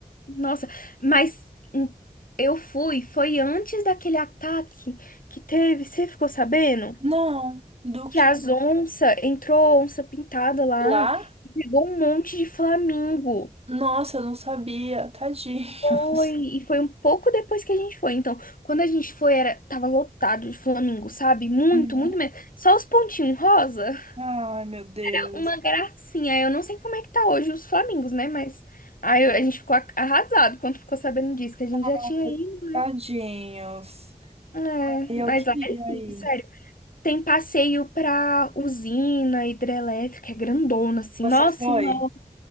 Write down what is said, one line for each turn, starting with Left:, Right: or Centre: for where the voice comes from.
Left: Nossa, mas hum, eu fui, foi antes daquele ataque que teve, você ficou sabendo?
Right: Não, do
Left: Que
Right: que?
Left: as onças, entrou onça pintada lá
Right: Lá?
Left: e pegou um monte de flamingo.
Right: Nossa, eu não sabia. Tadinhos.
Left: Foi, e foi um pouco depois que a gente foi. Então, quando a gente foi, era, tava lotado de flamingo, sabe? Muito,
Right: Uhum.
Left: muito mesmo. Só os pontinhos rosa.
Right: Ai, meu Deus.
Left: Era uma gracinha. Eu não sei como é que tá hoje os flamingos, né? Mas aí a gente ficou a- arrasado quando ficou sabendo disso, que a gente
Right: Nossa,
Left: já tinha ido.
Right: tadinhos.
Left: É,
Right: E eu
Left: mas
Right: queria
Left: lá é lindo,
Right: ir.
Left: sério. Tem passeio pra usina hidrelétrica, é grandona, assim.
Right: Você
Left: Nossa,
Right: foi?
Left: não.